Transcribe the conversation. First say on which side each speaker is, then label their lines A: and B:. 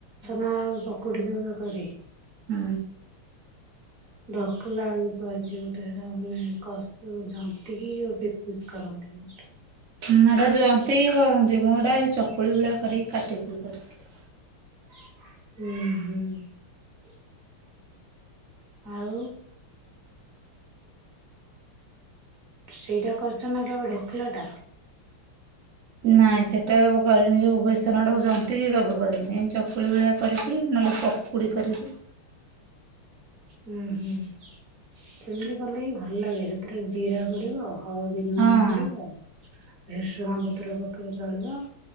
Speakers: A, on the right; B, on the right.
A: ଆଉ ପକୁଡି ତରକାରୀ
B: ହୁଁ।
A: <unintelligible>
B: ନା ଏଟା ଯନ୍ତିିକି କରନ୍ତି ମୁଁ ଏଟା ଏଇ ଚକୁଳି ଭଳିଆ କରିକି କାଟିକି କରିଥିଲି।
A: <unintelligible> ଆଉ। ସେଇଟା କରିଛ ନା କେଉ ଢୋକିଲ ଟା
B: ନାଇଁ ସେଟା କେବେ କରିନି ଯୋଉ ବେସନା ଆଡକୁ ଜନ୍ତି କିି କେବେ କରିନି ଚକୁଳି ଭଳିଆ କରିକି ନହେଲେ ପକୁଡି କରିକି।
A: ହୁଁ ହୁଁ ସେମିତି କଲେ ହିଁ ଭଲ ଲାଗେ ସେଥିରେ ଜିରା ପଡିବ। <unintelligible>
B: ହଁ
A: ଭେରସୁଂଗା ପତ୍ର ପକେଇଲେ ଚଳିବ।